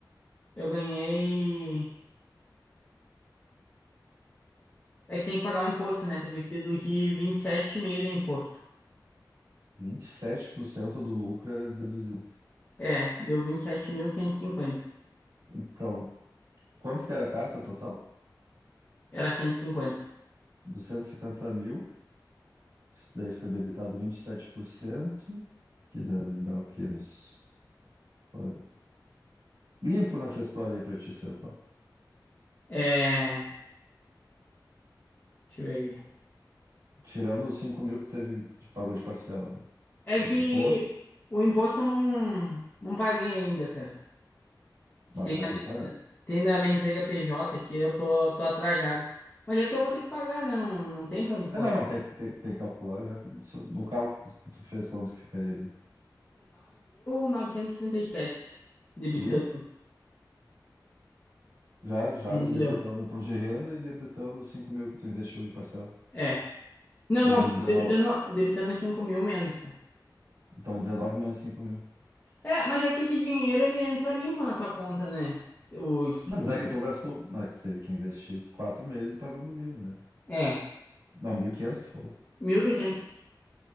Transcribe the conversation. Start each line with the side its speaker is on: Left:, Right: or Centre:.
Left: eu ganhei. É que tem que pagar o imposto, né? Teve que deduzir vinte e sete e meio de imposto.
Right: vinte e sete por cento do lucro é deduzido.
Left: É, deu 27.550.
Right: Então, quanto que era a carta total?
Left: Era 150.
Right: duzentos e cinquenta mil, daí foi debitado 27% que deve dar o quê? Uns... qua- Limpo nessa história aí pra ti, seu Paulo.
Left: É. Deixa eu ver aqui.
Right: Tirando os cinco mil que teve, que pagou de parcela.
Left: É
Right: O
Left: que
Right: imposto,
Left: o imposto eu não, não paguei ainda, cara.
Right: mas
Left: Que Tem
Right: tu vai
Left: da,
Right: ter que pagar.
Left: minha- tem da minha empresa PJ que eu tô, tô atrasado. Mas é que eu vou ter que pagar, né? Não, não tem pra onde correr.
Right: É, não, não, tem, tem, tem que calcular já que so- no cálculo que tu fez, quanto que ficaria ali?
Left: 19.937, debitando
Right: Limpo, já, já
Left: no
Right: debitando
Left: do Leão.
Right: o imposto de renda e debitando os 5 mil que tu investiu de parcela.
Left: É. Não,
Right: Ou
Left: não,
Right: dos 19.
Left: debitando, debitando cinco mil menos, cara.
Right: Então, 19 menos 5 mil.
Left: É, mas é que esse dinheiro ele entra limpo na tua conta, né? Os,
Right: Não,
Left: os,
Right: mas é que tu gastou. Não, é que tu teve que investir quatro meses pagando mil, né?
Left: é,
Right: Não, 1.500 tu falou.
Left: mil duzentos